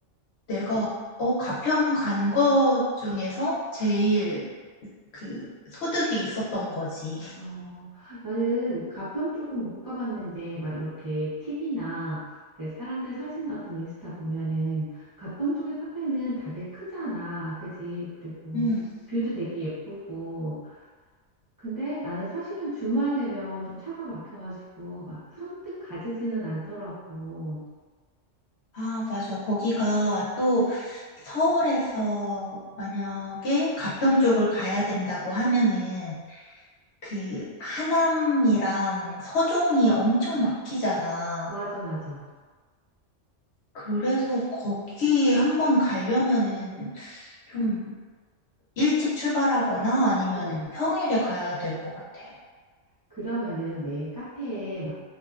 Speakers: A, on the left (about 65°); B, on the right (about 20°).
A: 내가 어, 가평 간 것 중에서 제일 그 소득이 있었던 거지.
B: 어. 나는 가평 쪽은 못 가봤는데, 막 이렇게 TV나 사람들 사진 같은 거 인스타 보면은, 가평 쪽의 카페는 다들 크잖아. 그지? 그리고
A: 음.
B: 뷰도 되게 예쁘고. 근데 나는 사실은 주말 되면 좀 차가 막혀가지고, 막 선뜻 가지지는 않더라고.
A: 아, 맞아. 거기가 또 서울에서 만약에 가평 쪽을 가야 된다고 하면은 그 하남이랑 서종이 엄청 막히잖아.
B: 맞아, 맞아.
A: 그래서 거기 한번 가려면은 좀 일찍 출발하거나 아니면은
B: 응.
A: 평일에 가야 될 것 같아.
B: 그러면은 매 카페에 막